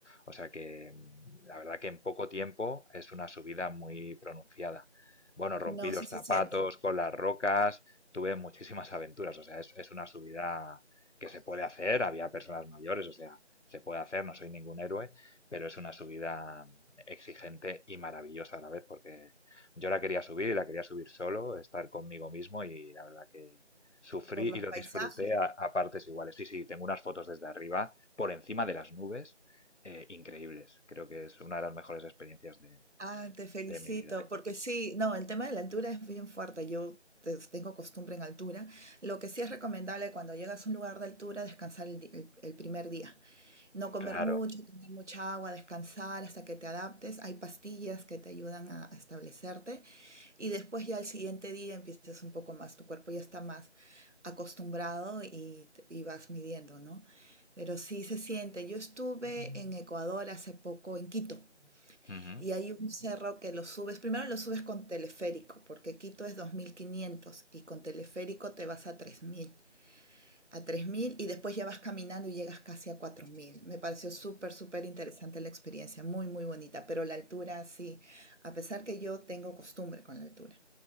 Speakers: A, on the left (about 80°); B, on the right (about 80°).
A: O sea que mm, la verdad que en poco tiempo es una subida muy pronunciada. Bueno, rompí
B: No,
A: los
B: sí se
A: zapatos
B: siente
A: con las rocas, tuve muchísimas aventuras, o sea, es, es una subida que se puede hacer, había personas mayores, o sea, se puede hacer, no soy ningún héroe, pero es una subida exigente y maravillosa a la vez, porque yo la quería subir y la quería subir solo, estar conmigo mismo y la verdad que sufrí
B: por
A: y
B: los
A: lo
B: paisajes.
A: disfruté a, a partes iguales. Sí, sí, tengo unas fotos desde arriba, por encima de las nubes, eh, increíbles. Creo que es una de las mejores experiencias de,
B: Ah, te felicito,
A: de mi vida.
B: porque sí, no, el tema de la altura es bien fuerte. Yo te- tengo costumbre en altura. Lo que sí es recomendable cuando llegas a un lugar de altura, descansar el, di- el- el primer día. No comer
A: Claro.
B: mucho, tomar mucha agua, descansar hasta que te adaptes. Hay pastillas que te ayudan a a establecerte. Y después ya al siguiente día empiezas un poco más, tu cuerpo ya está más acostumbrado y, y vas midiendo, ¿no? Pero sí se siente. Yo estuve en Ecuador hace poco, en Quito,
A: Ujú.
B: y hay un cerro que lo subes, primero lo subes con teleférico, porque Quito es 2500 y con teleférico te vas a 3000, a tres mil y después ya vas caminando y llegas casi a 4000. Me pareció súper, súper interesante la experiencia, muy, muy bonita, pero la altura sí, a pesar que yo tengo costumbre con la altura